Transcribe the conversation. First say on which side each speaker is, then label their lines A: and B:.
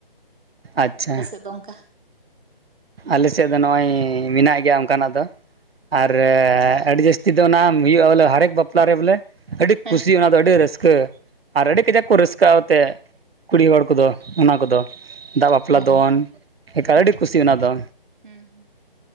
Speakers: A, on the right; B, on the right.
A: ᱟᱪᱪᱷᱟ᱾
B: ᱟᱫᱚ ᱚᱱᱠᱟ
A: ᱟᱞᱮᱥᱮᱜ ᱫᱚ ᱱᱚᱜᱼᱚᱭ ᱢᱮᱱᱟᱜ ᱜᱮᱭᱟ ᱚᱱᱠᱟ ᱱᱟᱜ ᱫᱚ᱾ ᱟᱨ ᱟᱹᱰᱤ ᱡᱟᱹᱥᱛᱤ ᱫᱚ ᱚᱱᱟ ᱦᱩᱭᱩᱜᱼᱟ ᱵᱚᱞᱮ ᱦᱟᱨᱮᱠ ᱵᱟᱯᱞᱟ ᱨᱮ ᱵᱚᱞᱮ᱾ ᱟᱹᱰᱤ
B: ᱦᱮᱸ
A: ᱠᱩᱥᱤ ᱚᱱᱟ ᱫᱚ ᱟᱹᱰᱤ ᱨᱟᱹᱥᱠᱟᱹ᱾ ᱟᱨ ᱟᱹᱰᱤ ᱠᱟᱡᱟᱠ ᱠᱚ ᱨᱟᱹᱥᱠᱟᱹᱜᱼᱟ ᱚᱛᱮ ᱠᱩᱲᱤ ᱦᱚᱲ ᱠᱚᱫᱚ ᱚᱱᱟ ᱠᱚᱫᱚ᱾ ᱫᱟᱜ ᱵᱟᱯᱞᱟ
B: ᱚ
A: ᱫᱚᱱ ᱮᱠᱟᱨ ᱟᱹᱰᱤ ᱠᱩᱥᱤ ᱚᱱᱟ ᱫᱚ᱾
B: ᱦᱩᱸ ᱦᱩᱸ